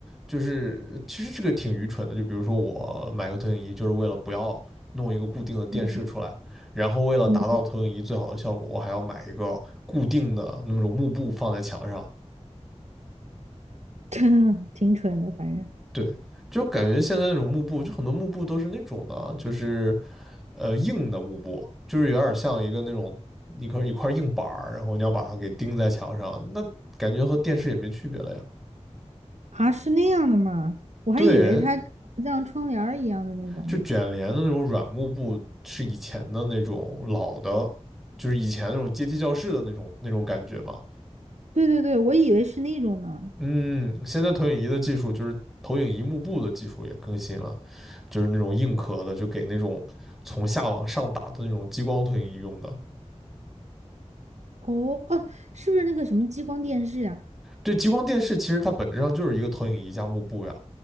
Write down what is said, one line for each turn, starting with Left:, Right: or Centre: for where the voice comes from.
Centre: 就是其实这个挺愚蠢的。就比如说我买个投影仪，就是为了不要弄一个固定的电视出来，
Right: 嗯，
Centre: 然后为了达到投影仪最好的效果，
Right: 嗯，
Centre: 我还要买一个固定的那么种幕布放在墙上。
Right: <laughs> 挺蠢的，反正。
Centre: 对，就感觉现在那种幕布，就很多幕布都是那种的啊就是呃硬的幕布，就是有点像一个那种一块一块硬板儿，然后你要把它给钉在墙上，那感觉和电视也没区别了呀。
Right: 啊，是那样的吗？我还以为它长得像窗帘儿一样的那种呢。
Centre: 对，就卷帘的那种软幕布是以前的那种老的，就是以前那种阶梯教室的那种那种感觉嘛。
Right: 对对对，我以为是那种呢。
Centre: 嗯，现在投影仪的技术就是投影仪幕布的技术也更新了，就是那种硬壳的，就给那种从下往上打的那种激光投影仪用的。
Right: 哦哦，是不是那个什么激光电视啊？
Centre: 对，激光电视其实它本质上就是一个投影仪加幕布呀。